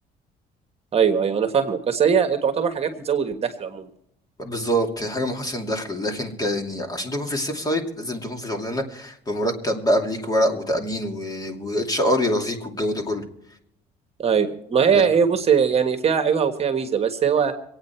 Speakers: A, on the right; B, on the left.
A: ايوه ايوه انا فاهمك بس هي تعتبر حاجات بتزود الدخل عموما
B: بالظبط هي حاجه محسن دخل لكن كان يعني عشان تكون في السيف سايد لازم تكون في شغلانه بمرتب بقى بليك ورق وتامين واتش ار يرازيك والجو ده كله
A: ايوه ما هي
B: بس
A: هي بص يعني فيها عيبها وفيها ميزه بس هو